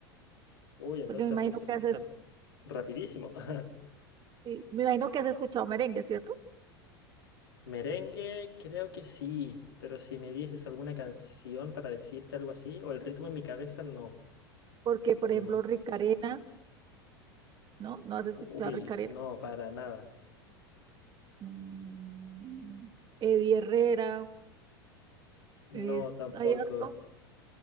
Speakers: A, on the left; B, on the right.
A: <laughs> Uy, entonces,
B: porque me imagino que haces,
A: r- rapidísimo. <laughs>
B: sí, me imagino que has escuchado merengue, ¿cierto?
A: Merengue, creo que sí, pero si me dices alguna canción para decirte algo así, o el ritmo en mi cabeza, no.
B: Porque, por
A: No.
B: ejemplo, Ricarena, ¿no? ¿No has escuchado
A: Uy,
B: Ricarena?
A: no, para nada.
B: Mm, Eddie Herrera, es,
A: No, tampoco.
B: hay harto.